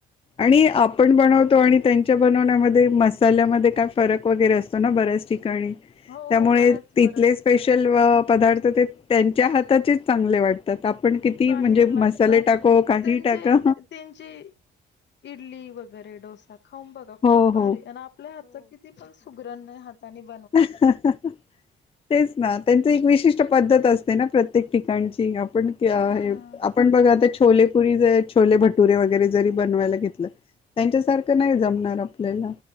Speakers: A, on the left (about 30°); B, on the left (about 65°).
A: आणि, आपण बनवतो आणि त्यांच्या बनवण्यामध्ये, मसाल्यामध्ये कायऽऽ फरक वगैरे असतो ना बऱ्याच ठिकाणी.
B: हो
A: त्यामुळे
B: बरंच
A: तिथले
B: बरंच
A: स्पेशल अं ऽपदार्थ त्यांच्या हऽऽ आित चांगले वाटतात, किती
B: चांगले
A: म्हणजे
B: लागत,,
A: मसाले टाको काही
B: त्यांचे,
A: टाका
B: त्यांची इडली वगैरऽऽ गरे डोसा खाऊन बघा, खूप
A: हो
B: भारी,
A: हो
B: आणी आपल्या हातचा किती पण सुगरण हातानेऽऽ
A: हंस-हंस,,, तेच ना त्यांच एक विशिष्ट पद्धत असतेऽऽ प्रत्येक ठिकाणची,, आपण हे
B: हम्म
A: बगा आता, छोलेपुरी,, ज छोले भटुरे वगैरे जरी बनवायला घेतलं,,, त्यांच्यासारखं नाही जमणार आपल्याला,,